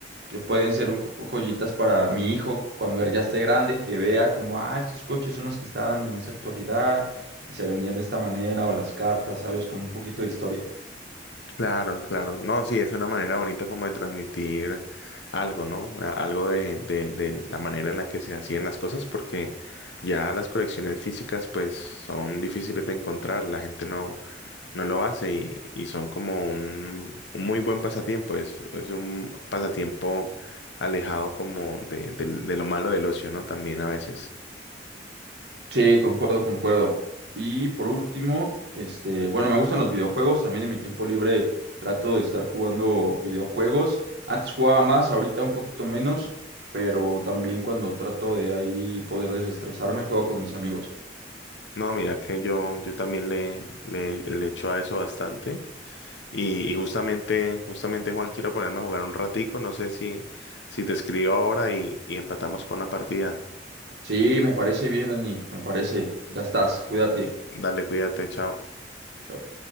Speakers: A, on the right; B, on the left.
A: que pueden ser un jo- joyitas para mi hijo cuando él ya esté grande, que vea como, ah, estos coches son los que estaban en esa actualidad y se vendían de esta manera, o las cartas, ¿sabes? Como un poquito de historia.
B: Claro, claro. No, sí, es una manera bonita como de transmitir algo, ¿no? A- Algo de, de, de la manera en la que se hacían las cosas, porque ya las colecciones físicas pues son difíciles de encontrar, la gente no, no lo hace y, y son como un, un muy buen pasatiempo, es, es un pasatiempo alejado como de, del- de lo malo del ocio, ¿no? También a veces.
A: Sí, concuerdo, concuerdo. Y por último, este, bueno, me gustan los videojuegos. También en mi tiempo libre trato de estar jugando videojuegos. Antes jugaba más, ahorita un poquito menos, pero también cuando trato de ahí poder desestresarme, juego con mis amigos.
B: No, mira que yo, yo también le, le, le echo a eso bastante. Y, y justamente, justamente Juan, quiero ponerme a jugar un ratico. No sé si, si te escribo ahora y, y empatamos para una partida.
A: Sí, me parece bien, Dani, me parece. Ya estás, cuídate.
B: Dale, cuídate, chao.
A: Chao.